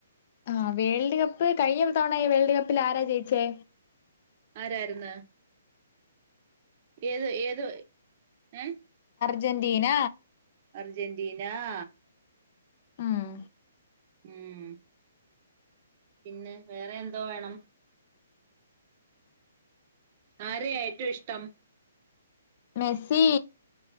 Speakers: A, on the left (about 45°); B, on the right (about 35°).
A: ആഹ് വേൾഡ് കപ്പ് കഴിഞ്ഞ തവണ വേൾഡ് കപ്പിൽ ആരാ ജയിച്ചേ.
B: ആരായിരുന്നു ഏതോ ഏതോ ഏ.
A: അർജൻറീന
B: അർജന്റീന ആ
A: ഉം
B: ഉം പിന്നെ വേറെ എന്തോ വേണം. ആരെയാ ഏറ്റവും ഇഷ്ടം.
A: മെസി